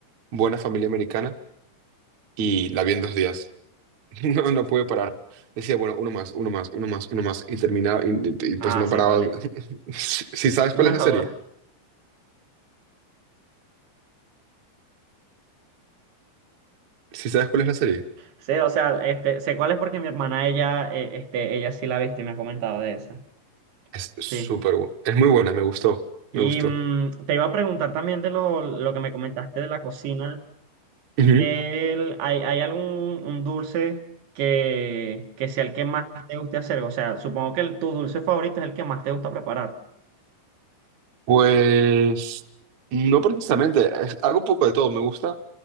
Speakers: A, on the right (about 60°); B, on the right (about 75°).
A: Buena Familia Americana y la vi en dos días. No, no pude parar. Decía, bueno, uno más, uno más, uno más, uno más. Y terminaba, y, y- y,
B: Ah,
A: pues no
B: sé
A: paraba.
B: cuál es.
A: <laughs>
B: <laughs>
A: Si si sabes
B: No,
A: cuál es la serie, si sabes cuál es la serie,
B: sé, o sea, este, sé cuál es porque mi hermana, ella, eh, este, ella sí la viste y me ha comentado de esa.
A: es súper
B: Sí.
A: buena. Es muy buena, me gustó, me
B: Y
A: gustó.
B: mm, te iba a preguntar también de lo, lo que me comentaste de la cocina.
A: Ujú.
B: el- hay, hay algún un dulce que, que sea el que más te guste hacer? O sea, supongo que el- tu dulce favorito es el que más te gusta preparar.
A: Pues no precisamente, es- hago un poco de todo. Me gusta,